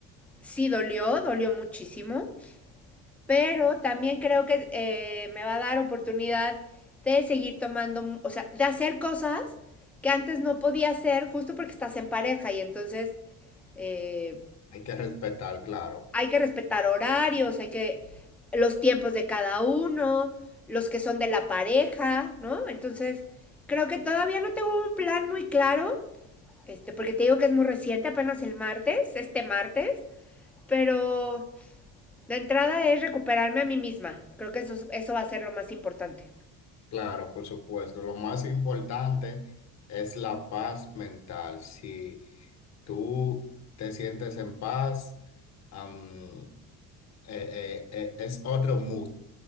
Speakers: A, in the centre; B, on the left.
A: sí dolió, dolió muchísimo, pero también creo que eh, me va a dar oportunidad de seguir tomando, o sea, de hacer cosas que antes no podía hacer justo porque estás en pareja y entonces eh,
B: Hay que respetar, claro,
A: hay que respetar horarios, hay que los tiempos de cada uno, los que son de la pareja, ¿no? Entonces, creo que todavía no tengo un plan muy claro, este, porque te digo que es muy reciente, apenas el martes, este martes, pero la entrada es recuperarme a mí misma. Creo que eso, es- eso va a ser lo más importante.
B: claro, por supuesto. Lo más importante es la paz mental, sí. tú te sientes en paz. am, eh, eh, eh, es otro mood.